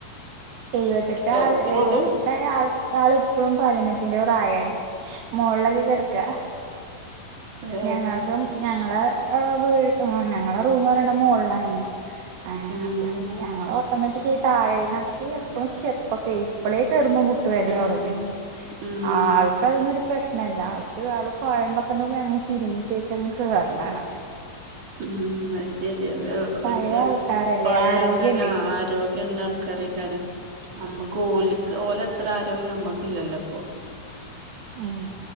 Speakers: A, on the right; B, on the right.
A: എഴുപത്തെട്ട്
B: ഓ
A: ആള്
B: അത്രേ
A: എഴുപ
B: ഉള്ളൂ
A: ട്ടായ ആള് ഇപ്പളും പതിനെട്ടിന്റെ പ്രായാണ് മൊളൊക്കെ കെടക്ക
B: ഏ
A: ഞങ്ങ ഇപ്പം ഞങ്ങളെ വ് ഞങ്ങളെ റൂം പറയണെ മോളായിരുന്നു ഏഹ്
B: ഉം
A: അപ്പ പിന്നെ ഞങ്ങള് ഓട്ടോമാറ്റിക് താഴേ നമു ക്ക് എപ്പളും സ്റ്റപ്പൊക്കെ ഇപ്പളേ കേറുമ്പം മുട്ടുവേദന
B: ഉം
A: തൊടങ്ങും
B: ഉം
A: ആൾ ക്കതൊന്നും ഒരു പ്രശ്നല്ല ആൾക്ക് ആൾ കുഴമ്പൊക്കെ പോ അങ്ങ് തിരുമ്മിത്തേച്ചങ്ങ് കേറ്ണാണ
B: ഉം അത് ശരി അത് ഓര്ക്ക്
A: പഴയ ആൾക്കാരല്ലേ
B: പഴയ
A: ആരോഗ്യണ്ടേ
B: ആൾക്കാർ ആ ആരോഗ്യ ണ്ട ആൾക്കായ്കാരെ അമ്മക്ക് ഓൽക്ക് ഓലത്ര ആരോഗ്യം അമ്മക്കില്ലല്ലോ പ്പൊ
A: ഉം